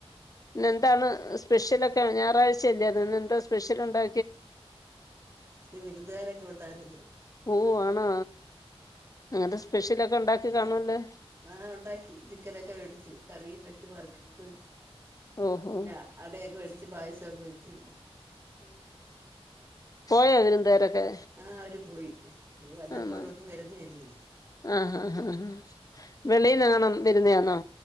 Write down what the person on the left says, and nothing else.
പിന്നെന്താണ് സ്പെ ഷ്യലൊക്കെ ഞായറാഴചയല്ലേയത് ഇന്ന് എന്താ സ്പെഷ്യലുണ്ടാ
ഓ ആണാ അങ്ങനത്തെ സ്പെഷ്യലൊക്കെ ഉണ്ടാക്കി കാണുവല്ലോ
ഓഹോ
പോയ വിരുന്ന് കാരൊക്കെ
ആണോ
ആഹ് ആ ആ വെളി നണം വരുന്നതാണോ